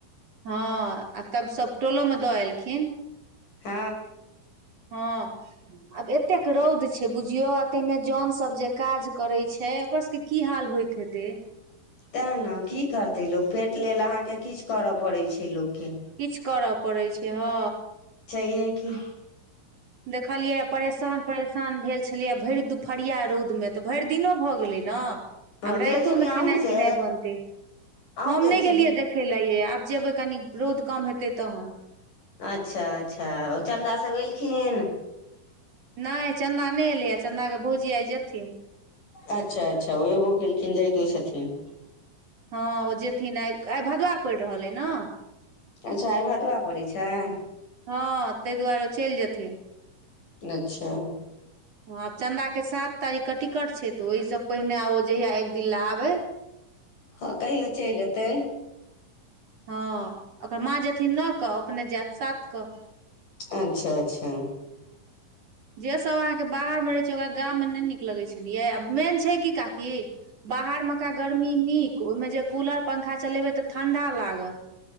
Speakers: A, on the right; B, on the left.
A: हँ आ तब सभ टोलो मे दऽ एलखिन
B: ह
A: ह आब एतेक रौद छै बुझियो तेमे जन सभ जे काज करे छै ओकर सभके कि हाल होइ हत
B: ते ने कि करतै लोक फेट लेल अहाँकेँ किछु करय पड़ैत छै लोककेँ
A: किछु करय पड़ैत छै हँ।
B: छाइये कि
A: देखलियै परेशान। परेशान भेल छलिय भरि दुपहरिया रौदमे तऽ भरि दिनो भऽ गेलै न
B: हँ
A: आब राईतो
B: गेल छलियै
A: मे खेनाइ
B: अहूँ से
A: पिनाइ बनते
B: अहूँ
A: हम
B: गेल
A: नहि
B: छली
A: गेलियै देख। देख लयै आब जेबै कनी रौद कम हेतै तहन।
B: अच्छा अच्छा ओ चन्दा सभ एलखिन।
A: नहि चन्दा नहि एलैए चन्दाके भौजि आय जेथिन।
B: अच्छा अच्छा ओ एबो केलखिन जाइतो छथिन।
A: हँ ओ जेथिन आइ आइ भदवा पड़ि रहल अइ ने।
B: अच्छा आइ भदबा पड़ैत छैय।
A: हँ ताहि दुआरे ओ चलि जेथिन।
B: अच्छा
A: ह आब चंन्दाके सात तारीखके टिकट छैय तऽ ओहि से पहिने आब जहिया एक दिन ले आबे।
B: हँ कहियो चलि एतै।
A: हँ ओकर माँ जेथिन न कऽ अपने जायत सात कऽ।
B: अच्छा अच्छा।
A: जे सब अहाँके बाहर मे रहै छैय ओकरा गाम मे नहि नीक लगै छलियै आ मेन छैय की काकी बाहर मऽका गर्मी नीक ओहिमे जे कूलर पंखा चलेबै तऽ ठंडा लागत।